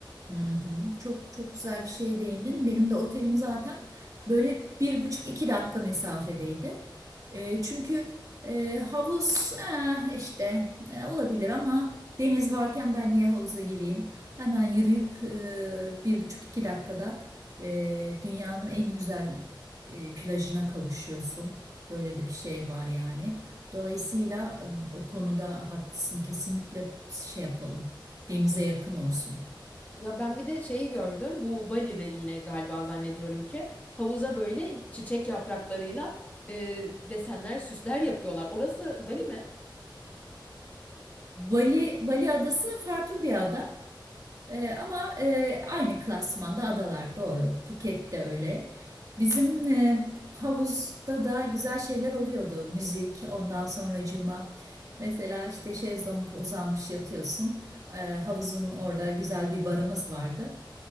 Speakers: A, on the right; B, on the left.
A: Hı hı. Çok çok güzel bir şeye değindin. Benim de otelim zaten böyle bir buçuk iki dakika mesafedeydi. E, çünkü e, havuz eh, işte eh, olabilir ama deniz varken ben niye havuza gireyim? Hemen yürüyüp e, bir buçuk iki dakikada e, dünyanın en güzel e, plajına kavuşuyorsun. Böyle de bir şey var yani. Dolayısıyla e, o konuda haklısın. Kesinlikle şey yapalım. Denize yakın olsun.
B: Ya ben bir de şeyi gördüm. Bu Bali'de yine galiba zannediyorum ki havuza böyle çiçek yapraklarıyla e, desenler, süsler yapıyorlar. Orası Bali mi?
A: Bali, Bali adası farklı bir ada Ee, ama e, aynı klasmanda adalar doğru. Phuket de öyle. Bizim e, havuzda da güzel şeyler oluyordu. Müzik, ondan sonracığıma. Mesela işte şezlong uzanmış yatıyorsun. Ee, havuzun orada güzel bir barımız vardı